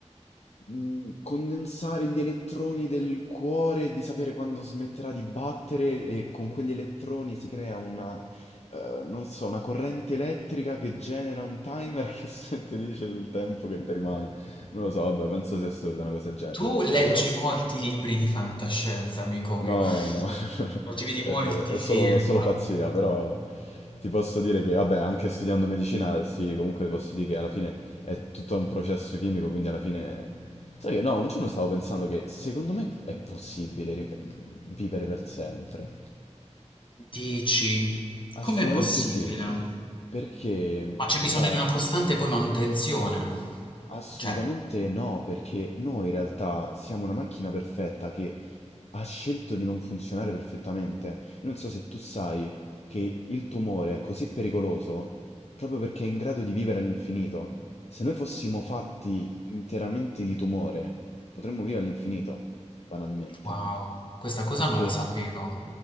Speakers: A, on the left (about 60°); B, on the left (about 45°).
A: mh, condensare gli elettroni del cuore, di sapere quando smetterà di battere e con quegli elettroni si crea una, eh, non so, una corrente elettrica che genera un timer che <laughs> se- ti dice il tempo che ti rimane. Non lo so, vabbè, penso sia assurda una cosa del genere.
B: Tu leggi
A: Però
B: molti libri di fantascienza, amico
A: No,
B: mio,
A: no, <laughs>
B: o ti vedi
A: è
B: molti
A: è
B: film.
A: solo è solo pazzia, però ti posso dire che, vabbè, anche studiando medicina, sì, comunque ti posso dire che alla fine è tutto un processo chimico, quindi alla fine... Sai che no, un giorno stavo pensando che secondo me è possibile ri- vivere per sempre.
B: Dici,
A: Assolutamente
B: com'è possibile?
A: sì, perché,
B: Ma c'è bisogno
A: guarda,
B: di una costante poi manutenzione.
A: Assolutamente
B: Cioè,
A: no, perché noi in realtà siamo una macchina perfetta che ha scelto di non funzionare perfettamente. Io non so se tu sai che il tumore è così pericoloso proprio perché è in grado di vivere all'infinito. Se noi fossimo fatti interamente di tumore, potremmo vivere all'infinito, banalmente.
B: wow, questa cosa
A: Perché
B: non la sapevo.